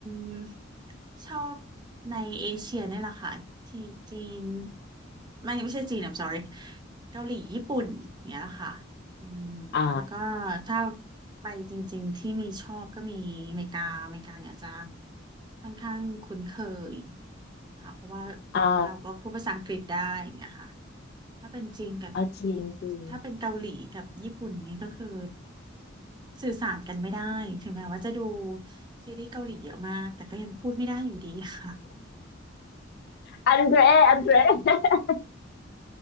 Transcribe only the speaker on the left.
อ๋อ
อ๋อ
อ๋อจีนจีน
อันเดรอันเดร